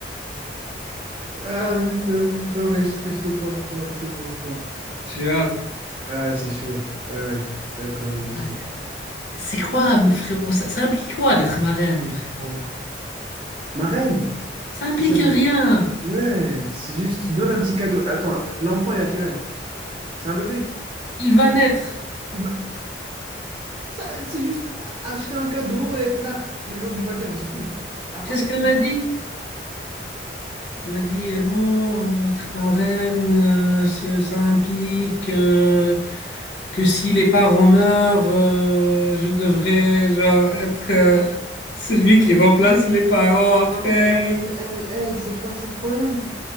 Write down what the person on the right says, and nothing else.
Ah putain, non mais je, je te comprends, je te comprends.
Ah ouais, c'est chaud, ouais, ouais, Ouais, quand même dessus.
Ma reine,
ça,
ça veut-
ouais, c'est juste, tu donnes un petit cadeau. Attends, l'enfant il a quel âge? C'est un bébé?
Il va- Ça, c'est juste acheter un cadeau et être là le jour du baptême, c'est tout. Après,
c'est
bon.
Non, mais elle, elle, elle, c'est quoi son problème?